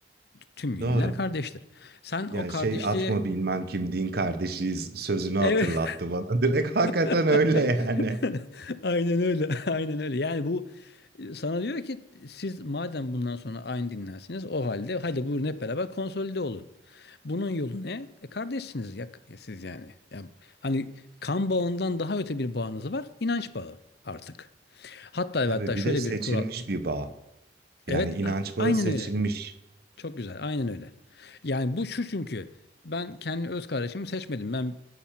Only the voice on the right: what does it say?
Doğru.
Yani
şey atma bilmem kim din kardeşiyiz sözünü
hatırlattı bana. <laughs> Direkt hakikaten
öyle yani.
Tabii
bir de seçilmiş
bir bağ. Yani
inanç
bağı
seçilmiş.